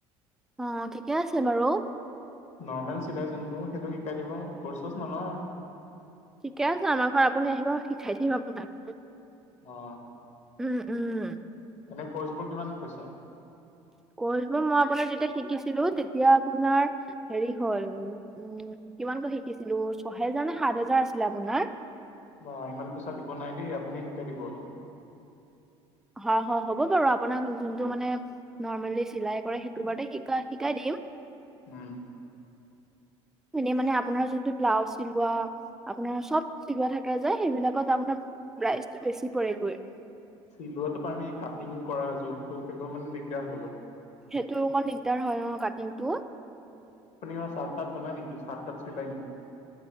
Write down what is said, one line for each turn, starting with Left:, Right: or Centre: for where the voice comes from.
Centre: অঁ! ঠিকে আছে বাৰু।
Left: নৰ্মেল চিলাই যোনটো সেইটো শিকাই দিব ক'ৰ্চ-চ'ৰ্চ নল‌ওঁ।
Centre: ঠিকে আছে আমাৰ ঘৰত আপুনি আহিব শিকাই দিম আপোনাক।
Left: অ
Centre: উম-উম!
Left: এনেই কৰ্চবোৰ কিমান পইছা?
Centre: ক'ৰ্চবোৰ মই আপোনাৰ যেতিয়া শিকিছিলোঁ তেতিয়া আপোনাৰ হেৰি হ'ল উম! কিমানকৈ শিকিছিলোঁ ছয় হেজাৰ নে সাত হেজাৰ আছিলে আপোনাৰ।
Left: বা ইমান পইচা দিব নাই দেই আপুনি শিকাই দিব আৰু।
Centre: হয়-হয় হ'ব বাৰু আপোনাক যোনটো মানে নৰ্মেলি চিলাই কৰে সেইটো বাৰু শি-শিকাই দিম।
Left: উম।
Centre: এনেই মানে আপোনাৰ যোনটো ব্লাউজ চিলোৱা, আপোনাৰ চব চিলোৱা থাকে যে সেইবিলাকত আপোনাৰ প্ৰাইচটো বেছি পৰে গৈ।
Left: চিলোৱাটো পাৰানে? কাটিং কৰা জোখটো সেইবোৰ মানে দিগদাৰ হ'ল।
Centre: সেইটো অকণ দিগদাৰ হয় অ কাটিংটোৰ।
Left: আপুনি চাৰ্ট-টাৰ্ট বনাই নেকি? চাৰ্ট-টাৰ্ট চিলাই নেকি?